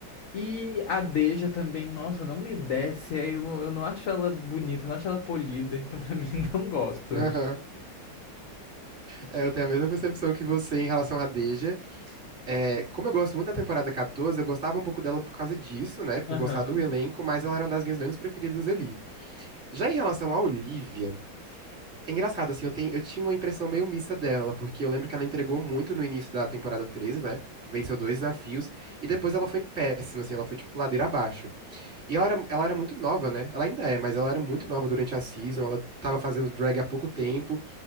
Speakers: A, on the left; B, in the centre.
A: E a Deja também, nossa, não me desce. aí Eu, não- eu não acho ela bonita, eu não acho ela polida, então pra <laughs> mim não gosto.
B: aham. É, eu tenho a mesma percepção que você em relação à Deja. É, como eu gosto muito da temporada 14, eu gostava um pouco dela por causa disso, né? Por
A: Aham.
B: gostar do elenco, mas ela era uma das minhas menos preferidas ali. Já em relação à Olivia, é engraçado, assim, eu, tenho, eu tinha uma impressão meio mista dela, porque eu lembro que ela entregou muito no início da temporada 13, né? Venceu dois desafios, e depois ela foi péssima, assim, ela foi tipo ladeira abaixo. E ela era, ela era muito nova, né? Ela ainda é, mas ela era muito nova durante a season, ela tava fazendo drag há pouco tempo,